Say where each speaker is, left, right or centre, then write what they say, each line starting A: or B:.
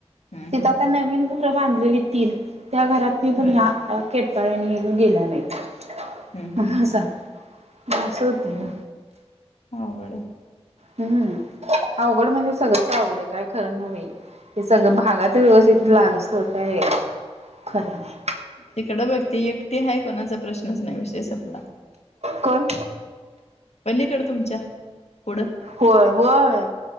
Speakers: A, on the left; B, on the right.
A: हम्म
B: तिथं आता नवीन घर बांधलेली तीन. त्या घरात ते पण
A: होय
B: या अ केटकाळनी नि गेला नाहीत.
A: हम्म हम्म
B: हसा. हसावं
A: हो
B: तिला.
A: हो अवघड हाय
B: हम्म अवघड म्हणजे सगळंच अवघड आहे काय खरं नई बाई हे सगळं भागाचं व्यवस्थित लागूस तोवर काय खरं नाही
A: तिकडं बघ ती एकटी हाय कोणाचा प्रश्नच नाही विषय सपला
B: कोण
A: पलीकडं तुमच्या पुढं
B: होय होय.